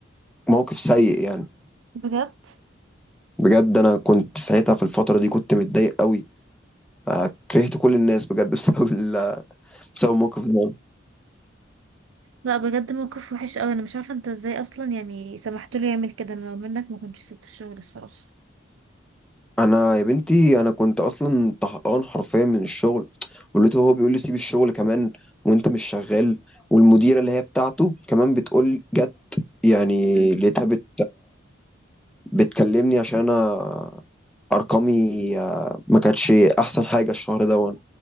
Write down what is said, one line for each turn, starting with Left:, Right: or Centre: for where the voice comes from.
Centre: موقف سيء يعني
Right: بجد
Centre: بجد انا كنت ساعتها في الفترة دي كنت متضايق قوي آه، كرهت كل الناس بجد <laughs> بسبب ال... بسبب الموقف ده
Right: لا بجد موقف وحش قوي انا مش عارفة انت ازاي اصلا يعني سمحت له يعمل كده انا لو منك ما كنتش سبت الشغل الصراحة
Centre: انا يا بنتي انا كنت اصلا طهقان حرفيا من الشغل ولقيته هو بيقول لي سيب الشغل كمان وانت مش شغال والمديره اللي هي بتاعته كمان بتقول جت يعني
Right: امم
Centre: لقيتها بت بتكلمني عشان انا ارقامي آه، ما كانتش احسن حاجه الشهر ده